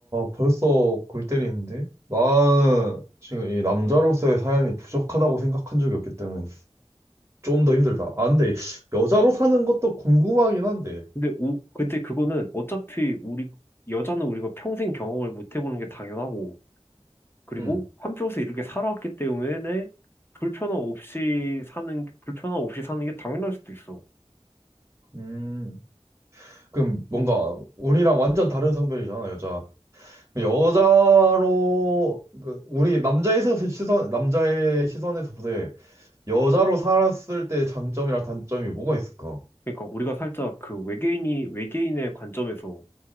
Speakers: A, on the right (about 25°); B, on the left (about 20°).
A: 벌써 골 때리는데? 나는 지금 이 남자로서의 삶이 부족하다고 생각한 적이 없기 때문에 좀 더 힘들다. 아, 근데 여자로 사는 것도 궁금하긴 한데.
B: 근데 우, 근데 그거는 어차피 우리 여자는 우리가 평생 경험을 못 해보는 게 당연하고, 그리고
A: 음,
B: 한평생 이렇게 살아왔기 때문에 불편함 없이 사는 불편함 없이 사는 게 당연할 수도 있어.
A: 음. 그럼 뭔가 우리랑 완전 다른 성별이잖아, 여자. 여자로, 그 우리 남자에서 시선, 남자의 시선에서 보되 여자로 살았을 때 장점이랑 단점이 뭐가 있을까?
B: 그러니까 우리가 살짝 그 외계인이 외계인의 관점에서